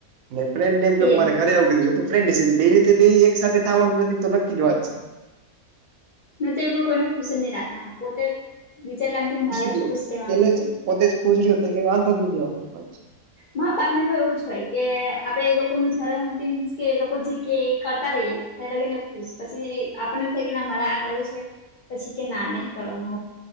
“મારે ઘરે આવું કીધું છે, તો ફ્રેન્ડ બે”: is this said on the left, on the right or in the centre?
Right